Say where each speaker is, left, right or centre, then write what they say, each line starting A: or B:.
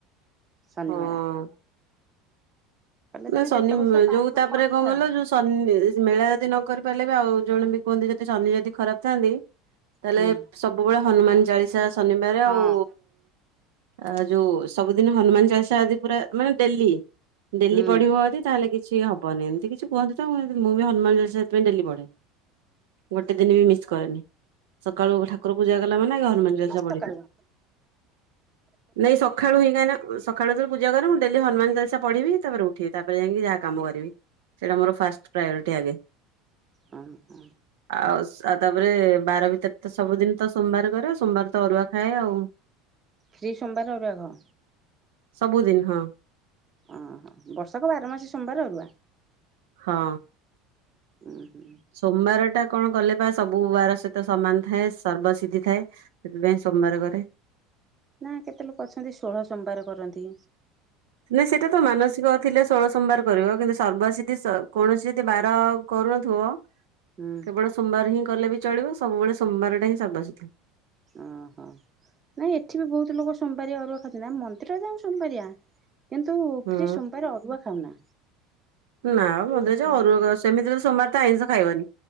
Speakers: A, on the right; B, on the right.
A: ଶନିମେଳା।
B: ହଁ।
A: ତମେ
B: ନା ଶନିମେ
A: ଯେତେ ବର୍ଷ ପାରିବ
B: ଯୋଉ ତାପରେ
A: କରୁଥାଅ।
B: କଣ ଗଲ ଯୋଉ ଶନି ମେଳା ଯଦି ନ କରି ପାରିଲେବି ଆଉ ଜଣେ ବି କୁହନ୍ତି ଯଦି ଶନି ଯଦି ଖରାପ୍ ଥାଆନ୍ତି ତାହେଲେ
A: ହୁଁ
B: ସବୁବେଳେ ହନୁମାନ ଚାଳିଶା ଶନିବାରେ
A: ହଁ।
B: ଆଉ ଆ ଯୋଉ ସବୁଦିନି ହନୁମାନ ଚାଳିଶା ଯଦି ପୁରା ମାନେ ଡେଲି ଡେଲି
A: ହୁଁ।
B: ପଢିବ ଯଦି ତାହେଲେ କିଛି ହବନି ଏମିତି କିଛି କୁହନ୍ତି ତ ମୁଁ ହେନ୍ତି ମୁଁ ବି ହନୁମାନ ଚାଳିଶା ସେଥିପାଇଁ ଡେଲି ପଢେ। ଗୋଟେ ଦିନ ବି ମିସ୍ କରେନି ସକାଳୁ ଠାକୁର ପୂଜା କଲା ମାନେ ଆଗ ହନୁମାନଚାଲି ସା ପଢ଼ିବି।
A: ସକାଳୁ
B: ନାଇଁ ସଖାଳୁ ଇଏ କାହିଁନା ସଖାଳୁ ଯେତେବେଳେ ପୂଜା କରେ ମୁଁ ଡେଲି ହନୁମାନ ଚାଲିସା ପଢିବି ତାପରେ ଉ ଠିବି ତାପରେ ଯାଇଁକି ଯାହା କାମ କରିବି ସେଇଟା ମୋର ଫାଷ୍ଟ ପ୍ରାୟୋରିଟି ଆଗେ।
A: ହଁ ହଁ।
B: ଆଉ ଆଉ ତାପରେ ବାର ଭିତରେ ତ ସବୁଦିନ ତ ସୋମବାର କରେ ସୋମବାର ତ ଅରୁଆ ଖାଏ ଆଉ।
A: ଶ୍ରୀ ସୋମବାରେ ଅରୁଆ ଖାଅ?
B: ସବୁଦିନ ହଁ।
A: ଅ ହଁ ବର୍ଷକ ବାରମାସି ସୋମବାରେ ଅରୁଆ?
B: ହଁ।
A: ଉଁହୁ।
B: ସୋମବାରଟା କଣ। କଲେ ବା ସବୁ ବାର ସହିତ ସମାନ ଥାଏ ସର୍ବସିଧି ଥାଏ ସେଥିପାଇଁ ସୋମବାର କରେ।
A: ନା କେତେଲୋକ ଅଛନ୍ତି ଷୋହଳ ସୋମବାର କରନ୍ତି।
B: ନାଇଁ ସେଟା ତ ମାନସିକ ଥିଲେ ଷୋଳ ସମ୍ବାର କରିବ କିନ୍ତୁ ସର୍ବସିଧି କୌଣସି। ଏତେ ବାର କରୁନଥିବ।
A: ହୁଁ।
B: କେବଳ ସୋମବାର ହିଁ କଲେ ବି ଚଳିବ ସବୁବେଳେ ସୋମବାରା ହିଁ ସର୍ବସିଧି।
A: ଓହୋ। ନାଇଁ ଏଠି ବି ବହୁତ ଲୋକ ସୋମ୍ବାରିଆ ଅରୁଆ ଖାଉଛନ୍ତି ଆମେ ମନ୍ଦିର ଯାଉ ସୋମ୍ବାରିଆ। କିନ୍ତୁ
B: ହୁଁ
A: ଫ୍ରୀ ସୋମବାର ଅରୁଆ ଖାଉନା।
B: ନା ମନ୍ଦୀର
A: ହୁଁ।
B: ଯାଅ ଅରୁଆ କ ସେମିତିରେ ତ ସୋମବାରଟା ଆଇଁଷ ଖାଇବନି